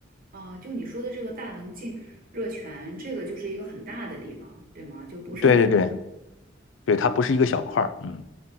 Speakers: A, on the right; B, on the left.
A: 啊。就你说的这个大棱镜热泉，这个就是一个很大的地方，对吗？就不是一个
B: 对对对对，它不是一个小块儿，嗯